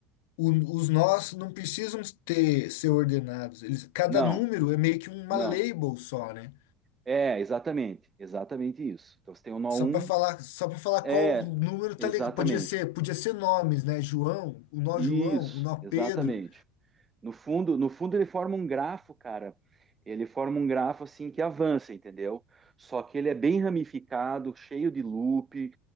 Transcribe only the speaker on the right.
não,
não.
É, exatamente, exatamente isso. Então você tem o nó
1,
é,
exatamente.
Isso,
exatamente.
No fundo, no fundo ele forma um grafo, cara. Ele forma um grafo assim que avança, entendeu? Só que ele é bem ramificado, cheio de loop.